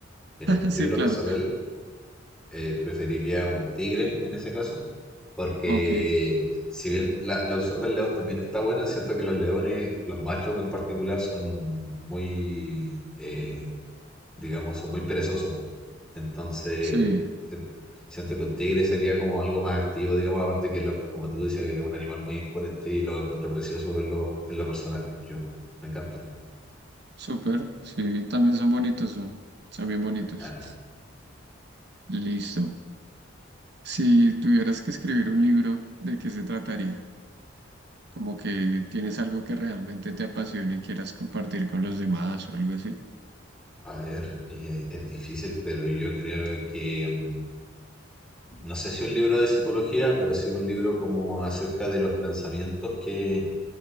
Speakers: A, in the centre; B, on the right.
A: Mire,
B: <laughs>
A: yo
B: sí,
A: en lo
B: claro.
A: personal eh, preferiría un tigre en ese caso, porque
B: Ok,
A: si bien la, la opción del león también está buena, siento que los leones, los machos en particular, son muy, eh, digamos, son muy perezosos. Entonces,
B: sí.
A: si- siento que un tigre sería como algo más activo, digamos, aparte que, lo, como tú dices, es un animal muy imponente y lo encuentro precioso en lo, en lo personal. Yo, me encantan.
B: Súper, sí, también son bonitos, son, son bien bonitos.
A: Claro.
B: Listo. Si tuvieras que escribir un libro, ¿de qué se trataría? Como que tienes algo que realmente te apasione y quieras compartir con los demás o algo así.
A: A ver, eh, es difícil, pero yo creo que, mm, no sé si un libro de psicología, pero sí un libro como acerca de los pensamientos que,